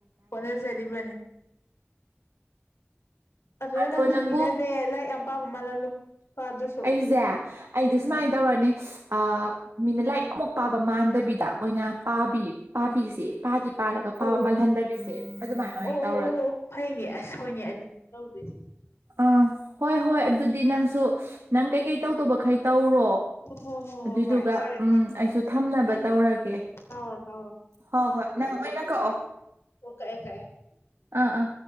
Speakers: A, on the left (about 75°); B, on the right (about 85°).
A: ꯍꯅꯖꯔꯤꯔꯤꯕꯅꯦ ꯑꯗꯨꯅ
B: ꯑꯗꯣ
A: ꯅꯪꯁꯨꯨ
B: ꯅꯪꯕꯨ
A: ꯃꯤꯅꯅꯦ ꯂꯥꯏꯔꯤꯛ ꯌꯥꯝ ꯄꯥꯕ ꯃꯥꯜꯍꯜꯂꯨ ꯄꯥꯗ꯭ꯔꯁꯨ
B: ꯑꯩꯁꯦ ꯑꯩꯗꯤ
A: ꯎꯝ
B: ꯁꯨꯃꯥꯏꯅ ꯇꯧꯔꯅꯤ ꯑ ꯃꯤꯅ ꯂꯥꯏꯔꯤꯛ ꯑꯃꯨꯛ ꯄꯥꯕ ꯃꯥꯟꯗꯕꯤꯗ ꯑꯣꯏꯅ ꯄꯥꯕꯤ ꯄꯥꯕꯤꯁꯦ ꯄꯥꯗꯤ ꯄꯥꯔꯒ
A: ꯑꯣ
B: ꯄꯥꯕ ꯃꯥꯜꯍꯟꯗꯕꯤꯁꯦ ꯑꯗꯨꯃꯥꯏꯅ ꯑꯣꯏꯅ
A: ꯑꯣ ꯑꯣ ꯑꯣ
B: ꯇꯧꯔꯒꯦ
A: ꯑꯣ ꯑꯣ ꯐꯩꯅꯦ ꯑꯁ ꯍꯣꯏꯅꯦ ꯑꯗꯨꯅꯤ ꯇꯧꯗꯣꯏꯅꯦ
B: ꯑꯥ ꯍꯣꯏ ꯍꯣꯏ ꯑꯗꯨꯗꯤ ꯅꯪꯁꯨ ꯅꯪ ꯀꯩꯀꯩ ꯇꯧꯗꯕꯈꯩ ꯇꯧꯔꯣ
A: ꯍꯣ ꯍꯣ ꯍꯣ
B: ꯑꯗꯨꯏꯗꯨꯒ
A: ꯍꯣ ꯍꯣꯏ ꯐꯔꯦ
B: ꯎꯝ ꯑꯩꯁꯨ ꯊꯝꯅꯕ ꯇꯧꯔꯒꯦ
A: ꯇꯥꯎ ꯇꯥꯎ
B: ꯍꯣꯏ ꯍꯣꯏ ꯅꯪ ꯑꯣꯏꯅ ꯀꯛꯑꯣ
A: ꯑꯣ ꯀꯥꯏ ꯀꯥꯏ
B: ꯑꯥ ꯑꯥ